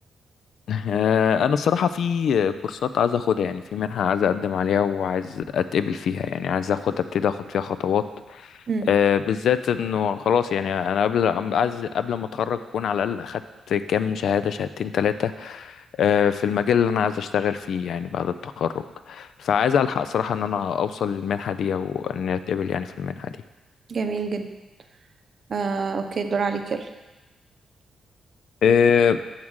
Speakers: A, on the left; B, on the right.
A: <laughs> آه، انا الصراحه في كورسات عايز اخدها يعني في منحه عايز اقدم عليها وعايز اتقبل فيها يعني عايز اخد ابتدي اخد فيها خطوات
B: امم
A: آه، بالذات انه خلاص يعني انا قبل أم- عايز قبل ما اتخرج اكون على الاقل اخدت كام شهاده شهادتين ثلاثه في المجال اللي انا عايز اشتغل فيه يعني بعد التخرج فعايز الحق صراحه ان انا اوصل للمنحه دي او ان اتقبل يعني في المنحه دي
B: جميل جدا آه، اوكي الدور عليك يلا
A: آه،